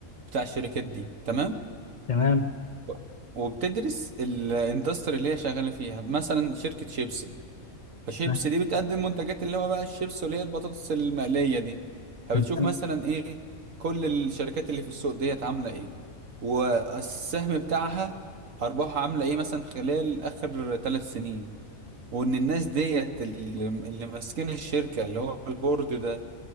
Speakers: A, on the right (about 70°); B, on the left (about 40°).
A: بتاع الشركات دي تمام
B: تمام
A: و- وبتدرس الاندستري اللي هي شغالة فيها مثلا شركة شيبسي فشيبس
B: تمام
A: دي بتقدم منتجات اللي هو بقى الشيبس اللي هي البطاطس المقلية دي فبتشوف
B: تمام
A: مثلا ايه كل الشركات اللي في السوق ديت عاملة ايه والسهم بتاعها أرباحها عاملة ايه مثلا خلال آخر ثلاث سنين وإن الناس ديت اللي, اللي ماسكين الشركة اللي هو البورد ده